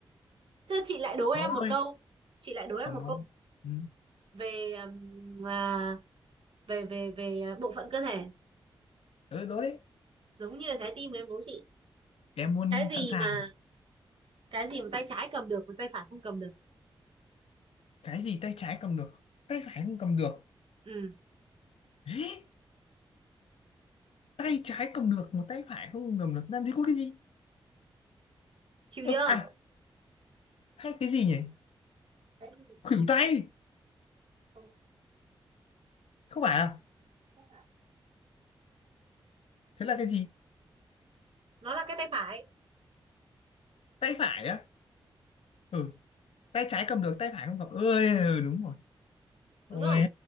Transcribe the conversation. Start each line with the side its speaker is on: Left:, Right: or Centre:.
Right: thế chị lại đố em
Left: thôi
Right: một câu chị lại đố em
Left: còn
Right: một
Left: nó
Right: câu
Left: ừ,
Right: về ừm, à, về về về à, bộ phận cơ thể
Left: ừ đó đấy
Right: giống như là trái tim mà em đố chị
Left: em luôn
Right: cái gì
Left: sẵn sàng
Right: mà cái gì mà tay trái cầm được mà tay phải không cầm được
Left: cái gì tay trái cầm được tay phải không cầm được
Right: ừ
Left: Ê! tay trái cầm được mà tay phải không cầm được làm gì có cái gì
Right: chịu
Left: ờ,
Right: chưa
Left: à hay cái gì nhỉ
Right: cái gì
Left: khuỷu tay
Right: không
Left: không phải à
Right: chắc là
Left: thế là cái gì
Right: nó là cái tay phải
Left: tay phải á ừ tay trái cầm được tay phải không cầm ơi ừ, đúng rồi ôi
Right: đúng không